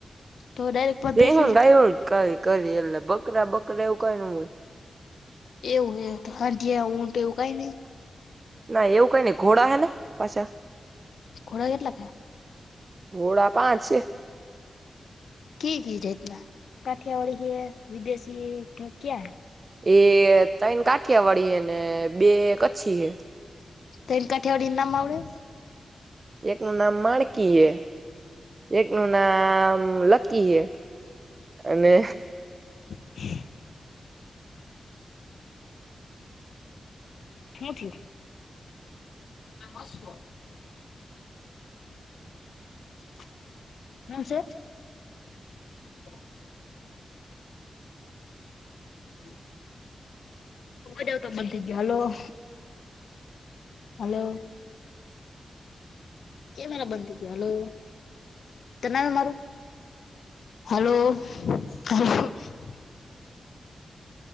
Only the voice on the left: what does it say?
<unintelligible>
જ
હતી
એવું હે, હાંઢિયા, ઉંટ એવું કાઈ નઇ!
ઘોડા કેટલા થયા?
કિ કી જાય્તના? કાઠિયાવાડી હૈ, વિદેશી હે, ક્યા?
તૈણ કાઠિયાવાડી ન નામ આવડ?
<inaudible> શું થયું? <inaudible> <unintelligible> <inaudible> <inaudible> અવાજ આવતો તો બંધ થઈ ગ્યો, હાલો હાલો કેમ એલા બંધ ગયો? હાલો, તને આવે મારો? હાલો <inaudible>